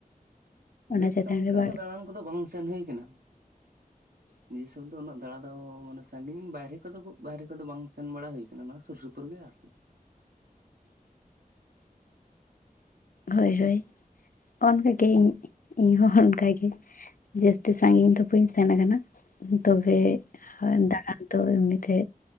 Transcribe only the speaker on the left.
ᱚᱱᱟ
ᱪᱮᱛᱟᱱ
ᱨᱮ ᱵᱟᱨ
<inaudible>
<inaudible> ᱦᱳᱭ ᱦᱳᱭ ᱚᱱᱠᱟᱜᱮ ᱤᱧ ᱤᱧ ᱦᱚᱸ ᱚᱱᱠᱟᱜ ᱜᱮ ᱡᱟᱹᱥᱛᱤ ᱥᱟᱺᱜᱤᱧ ᱫᱚ ᱵᱚᱧ ᱥᱮᱱ ᱠᱟᱱᱟ ᱛᱚᱵᱮ
ᱫᱟᱬᱟᱱᱛᱚ ᱮᱢᱱᱤᱛᱮ